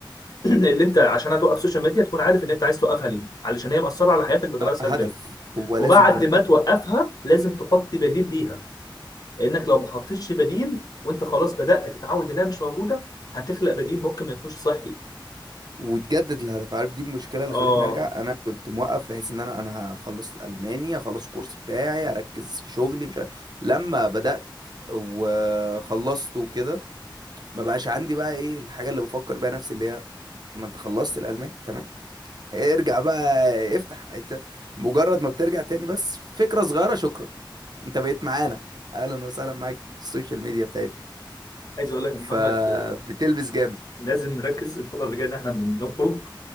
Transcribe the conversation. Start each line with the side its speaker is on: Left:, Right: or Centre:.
Left: <clears throat> اللي انت عشان هتوقف السوشيال ميديا تكون عارف ان انت عايز توقفها ليه علشان هي مأثره على حياتك بطريقه
Right: آه،
Left: سلبيه
Right: هدف هو
Left: وبعد
Right: لازم هدف
Left: ما توقفها لازم تحط بديل ليها لانك لو ما حطيتش بديل وانت خلاص بدأت تتعود انها مش موجوده هتخلق بديل ممكن ما يكونش صحي
Right: وتجدد الهدف عارف دي المشكله اللي
Left: اه
Right: خلتني ارجع انا كنت موقف بحيث ان انا انا هخلص الالماني هخلص الكورس بتاعي هركز في شغلي مش عارف. لما بدات وخلصت وكده ما بقاش عندي بقى ايه الحاجه اللي بفكر بيها نفسي اللي هي ما انت خلصت الالماني تمام ارجع بقى افتح إنت مجرد ما بترجع تاني بس فكره صغيره شكرا انت بقيت معانا اهلا وسهلا معاك في السوشيال ميديا بتاعتنا
Left: عايز اقول لك يا
Right: فبتلبس
Left: محمد
Right: جامد
Left: لازم نركز الفترة اللي جاية إن إحنا نخرج